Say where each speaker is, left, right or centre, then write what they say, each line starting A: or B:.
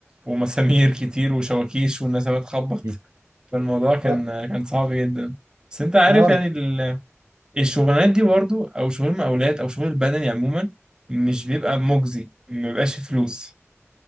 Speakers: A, on the right (about 15°); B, on the right (about 70°).
A: ومسامير كتير وشواكيش والناس بتخبط
B: مم.
A: فالموضوع كان
B: اه
A: كان صعب جدا بس أنت عارف
B: اه
A: يعني ال- الشغلانات دي برضو أو شغل المقاولات أو شغل البدني عموما مش بيبقى مجزي ما بيبقاش فلوس